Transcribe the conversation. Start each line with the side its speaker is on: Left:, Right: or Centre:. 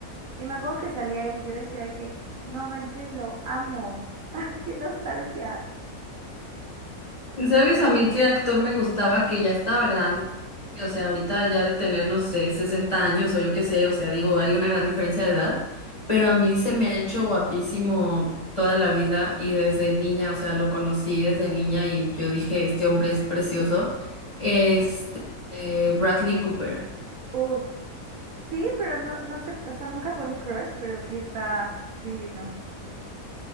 Right: Y me acuerdo que salía él y yo decía que, no manches, lo amo. <laughs> ¡Qué nostalgia!
Left: ¿Sabes a mí qué actor me gustaba que ya estaba grande? O sea, ahorita ya de tener, no sé, 60 años o yo qué sé, o sea, digo, hay una gran diferencia de edad, pero a mí se me ha hecho guapísimo toda la vida y desde niña, o sea, lo conocí desde niña y yo dije, este hombre es precioso. Este, eh, Bradley Cooper.
Right: Uf. Sí, pero no, no sé, o sea, nunca fue mi crush, pero sí está divino.